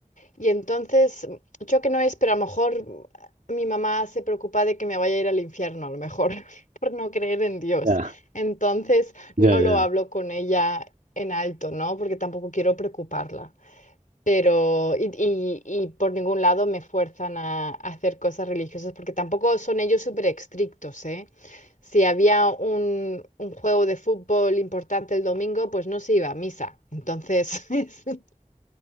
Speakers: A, on the left; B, on the right.
A: Y entonces, yo que no es, pero a lo mejor mi mamá se preocupa de que me vaya a ir al infierno, a lo mejor, <laughs> por no creer en Dios.
B: Ya,
A: Entonces, no
B: ya, ya.
A: lo hablo con ella en alto, ¿no? Porque tampoco quiero preocuparla. Pero, y, y- y por ningún lado me fuerzan a, a hacer cosas religiosas, porque tampoco son ellos súper estrictos, ¿eh? Si había un, un juego de fútbol importante el domingo, pues no se iba a misa. Entonces, <laughs>